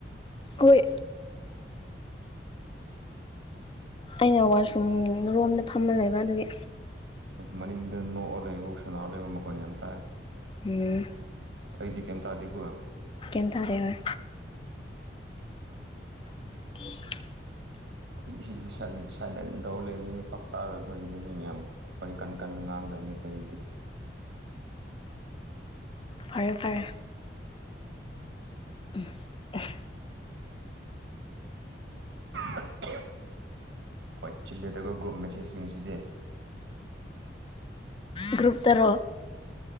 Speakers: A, on the left; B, on the right.
A: ꯍꯣꯏ ꯑꯩꯅ ꯋꯥꯁꯔꯨꯝ ꯔꯣꯝꯗ ꯐꯝꯃ ꯂꯩꯕ ꯑꯗꯨꯒꯤ
B: ꯃꯅꯤꯡꯗ ꯅꯣꯛ ꯑ ꯂꯩꯕꯣ ꯁꯅꯥ ꯂꯩꯕꯣ ꯃꯈꯣꯟ ꯌꯥꯝ ꯇꯥꯏ
A: ꯎꯝ
B: ꯑꯩꯗꯤ ꯀꯩꯝ ꯇꯥꯗꯦꯀꯣ
A: ꯀꯩꯝ ꯇꯥꯗꯦ ꯍꯣꯏ <unintelligible>
B: ꯑꯩꯈꯣꯏꯗꯤ ꯁꯤꯗꯤ ꯁꯥꯏꯂꯦꯟ ꯁꯥꯏꯂꯦꯟ ꯇꯧꯔ ꯂꯩꯕꯅꯤꯅ ꯄꯥꯛ ꯇꯥꯔꯣꯢ ꯑꯩꯈꯣꯏꯒꯤꯗꯤ ꯃꯤ ꯃꯌꯥꯝ ꯋꯥꯔꯤ ꯀꯟ ꯀꯟꯅ ꯉꯥꯡ <unintelligible> ꯗꯝꯅꯦ ꯑꯈꯣꯏꯗꯗꯤ
A: ꯐꯔꯦ ꯐꯔꯦ ꯎꯝ <unintelligible>
B: <unintelligible> ꯋꯥꯏꯆꯤꯜꯂꯦꯗꯀꯣ ꯒ꯭ꯔꯨꯞ ꯃꯦꯁꯦꯁꯁꯤꯡꯁꯤꯗꯤ
A: ꯒ꯭ꯔꯨꯨꯞ ꯇꯔꯣ